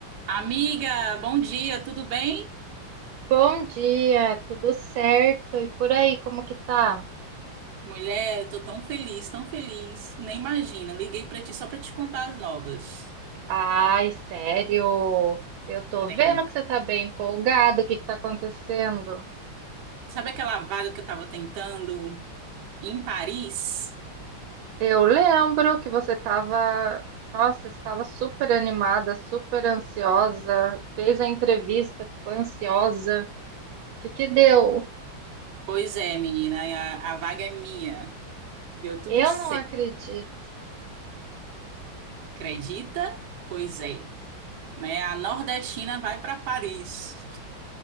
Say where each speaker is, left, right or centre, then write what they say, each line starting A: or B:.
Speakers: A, on the right; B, on the right.
A: Amiga, bom dia, tudo bem?
B: Bom dia, tudo certo? E por aí, como que tá?
A: Mulher, eu tô tão feliz, tão feliz, nem imagina. Liguei pra ti só pra te contar as novas.
B: Ai, sério? Eu tô
A: Sim.
B: vendo que você tá bem empolgado. O que que tá acontecendo?
A: Sabe aquela vaga que eu tava tentando em Paris?
B: Eu lembro que você tava, nossa, estava super animada, super ansiosa, fez a entrevista, ficou ansiosa. O que que deu?
A: Pois é, menina, a, a vaga é minha. Deu tudo
B: Eu
A: certo,
B: não acredito.
A: acredita? Pois é, né? A nordestina vai pra Paris.